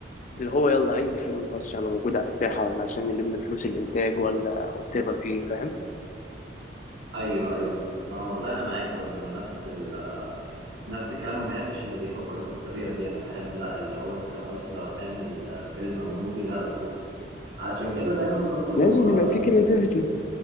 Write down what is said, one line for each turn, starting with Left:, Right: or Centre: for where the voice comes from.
Left: اللي هو يلا اي فيلم خاص عشان يبقى موجود على الساحة ولا عشان نلم فلوس الانتاج ولا وات ايفر ايه فاهم
Right: ايوه ايوه ما والله انا معاك برضو انا نفس ال آه، نفس الكلام ما بحبش اللي بيفكر بالطريقة دي انا بحب لا اللي هو انت خلاص لو هتعمل آه، فيلم او موفي لا اظبطه علشان كده دايما برضو
Left: لازم
Right: آه،
Left: يبقى في كرياتيفيتي